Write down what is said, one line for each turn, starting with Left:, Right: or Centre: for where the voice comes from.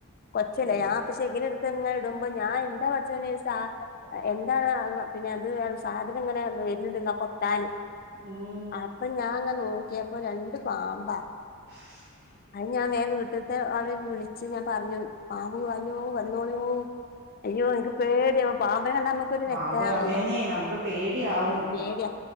Left: കൊച്ചല്ലേ
Right: ഉം
Left: ഞാൻ പ ശഖിരിടുത്ത്ങ്ങനെ ഇടുമ്പ ഞാൻ എന്താ പഠച്ചോനെ ഇത് സാ എന്താണ് പിന്നെ അത് സാധനം ഇങ്ങനെ വരുന്നുണ്ട്ല്ലൊ കൊത്താന്
Right: ഉം
Left: അപ്പ ഞാൻങ്ങ നോക്കിയപ്പോ രണ്ടു പാമ്പാ.
Right: ഉ
Left: അത് ഞാൻ വേറെ വീട്ടത്തെ അവരെ വിളിച്ച് ഞാൻ പറഞ്ഞു പാമ്പൂ അയ്യോ വന്നോളിയോ അയ്യോ എനിക്ക് പേടിയ പാമ്പിനെ കണ്ടാ നമ്മക്ക് രു
Right: പാമ്പ്
Left: രക്തയാണല്ലോ
Right: അതേനെ നമുക്ക് പേടിയാവും
Left: ആ പേടിയാ